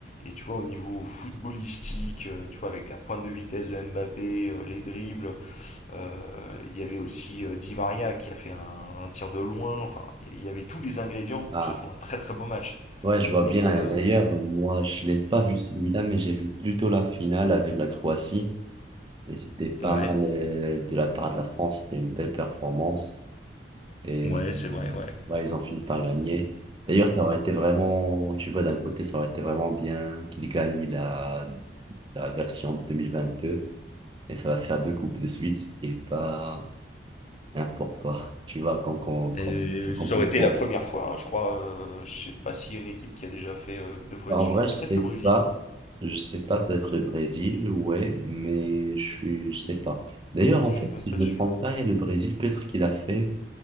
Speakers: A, on the left; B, on the right.
A: Et tu vois, au niveau footballistique, euh, tu vois, avec la pointe de vitesse de Mbappé, euh, les dribbles, euh, il y avait aussi euh, Di Maria qui a fait un, un tir de loin. Enfin, il y avait tous les ingrédients pour
B: ah.
A: que ce soit un très très beau match.
B: Ouais, je vois bien.
A: Et euh...
B: D'ailleurs, moi, je l'ai pas vu celui-là, mais j'ai vu plutôt la finale avec la Croatie. Et c'était pas
A: Ouais,
B: mal euh, de la part de la France, c'était une belle performance. Et,
A: ouais, c'est vrai,
B: et,
A: ouais.
B: ouais, ils ont fini par gagner. D'ailleurs, ça aurait été vraiment, tu vois, d'un côté, ça aurait été vraiment bien qu'ils gagnent la, la version deux mille vingt deux Et ça va faire deux coupes de suite, ce qui est pas n'importe quoi, tu vois, comme, comme, comme
A: Et
B: accomplissement.
A: ça aurait été la première fois, hein, je crois. euh, je sais pas s'il y a une équipe qui a déjà fait euh, deux fois
B: En
A: de suite.
B: vrai, je
A: Peut-être
B: sais
A: le Brésil,
B: pas. Je sais pas, peut-être le Brésil, ouais, mais je suis, je sais pas. D'ailleurs, en
A: je
B: fait,
A: suis même
B: si
A: pas
B: je me
A: sûr.
B: trompe pas, il y a le Brésil, peut-être qu'il a fait